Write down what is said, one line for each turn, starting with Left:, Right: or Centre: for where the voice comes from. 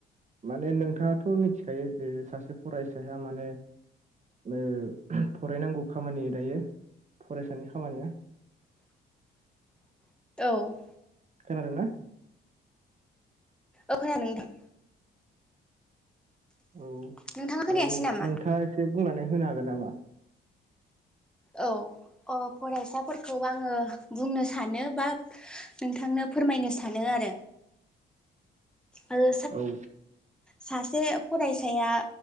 Right: माने नोंथाङाथ' मिथिखायो जे सासे फरायसाया माने ओ फरायनांगौ खामानि दायो फरायसानि खामानिया।
Centre: <inaudible> औ
Right: खोनादोंना?
Centre: ओ खोनादों नोंथां
Right: औ
Centre: नोंथाङा खोनायासै
Right: ओ
Centre: नामा
Right: नोंथाङा एसे बुंनानै होनो हागोन नामा?
Centre: औ अ फरायसाफोरखौ आङो बुंनो सानो बा नोंथांनो फोरमायनो सानो आरो आरो
Right: औ
Centre: सासे फरायसाया